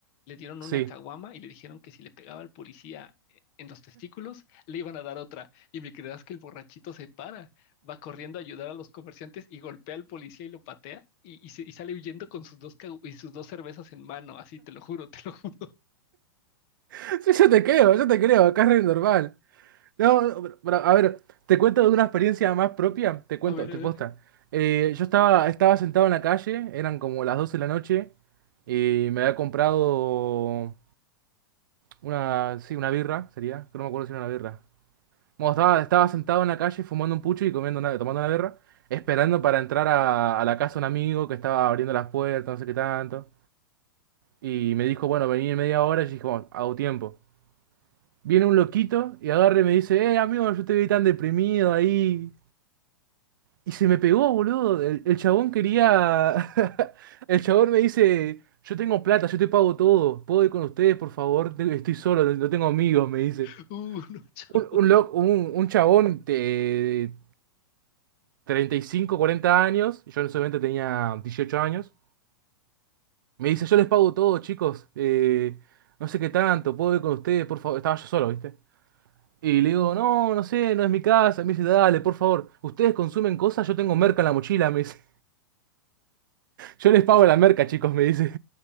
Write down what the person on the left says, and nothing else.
Le dieron
una caguama y le dijeron que si le pegaba al policía eh, en los testículos, le iban a dar otra. Y me creerás que el borrachito se para, va corriendo a ayudar a los comerciantes y golpea al policía y lo patea y, y se- y sale huyendo con sus dos, cagu- y sus dos cervezas en mano, así te lo juro, te lo juro. <laughs>
A ver,
a ver.
Uh, <laughs> no, chao,
qué,